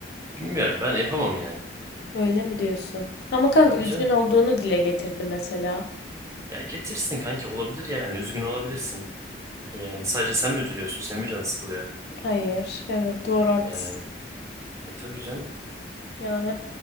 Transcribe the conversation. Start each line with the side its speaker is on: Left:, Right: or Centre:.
Right: Bilmiyorum ben yapamam yani.
Left: Öyle mi diyorsun? Ama kanka
Right: Tabii
Left: üzgün
Right: canım.
Left: olduğunu dile getirdi mesela.
Right: Ya getirsin kanki olabilir yani üzgün olabilirsin. Yani sadece sen mi üzülüyorsun senin mi canın sıkılıyor?
Left: Hayır. Evet doğru haklısın.
Right: Yani e tabii canım.
Left: Yani